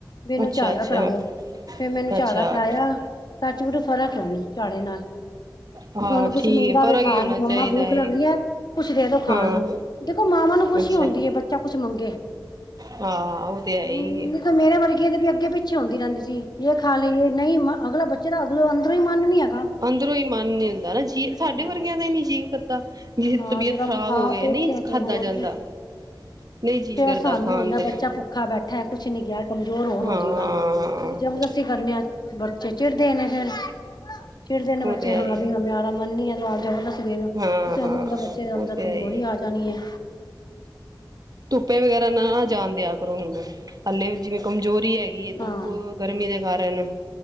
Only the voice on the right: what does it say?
ਅੱਛਾ
ਅੱਛਾ
ਅੱਛਾ
ਹਾਂ
ਠੀਕ
ਫ਼ਰਕ
ਹੀ ਹੋਣਾ
ਚਾਹੀਦਾ
ਹੈ
ਹਾਂ
ਅੱਛਾ
ਹਾਂ ਉਹ ਤੇ ਹੈ
ਹੀ ਹੈ
ਅੰਦਰੋਂ ਈ ਮਨ ਨੀ ਹੁੰਦਾ ਹਨਾ ਜੀਅ ਸਾਡੇ
ਵਰਗਿਆਂ ਦਾ ਹੀ ਨੀ ਜੀਅ ਕਰਦਾ। ਤਬੀਅਤ-ਤਬੀਅਤ
ਖ਼ਰਾਬ
ਹੋਵੇ,
ਨਹੀਂ
ਖਾਧਾ
ਜਾਂਦਾ।
ਨਹੀਂ ਜੀਅ
ਕਰਦਾ
ਖਾਣ
ਤੇ
ਹਾਂ ਹਮ
ਉਹ
ਤੇ ਹੈ
ਹੀ
ਹਾਂ
ਹਾਂ
ਉਹ
ਤੇ
ਹੈ ਹੀ
ਧੁੱਪੇ ਵਗੈਰਾ ਨਾ ਜਾਣ ਦਿਆ ਕਰੋ ਹੁਣ। ਹਲੇੇ ਜਿਵੇਂ ਕਮਜ਼ੋਰੀ ਹੈਗੀ ਏ,
ਧੁੱਪ ਗਰਮੀ ਦੇ ਕਾਰਨ।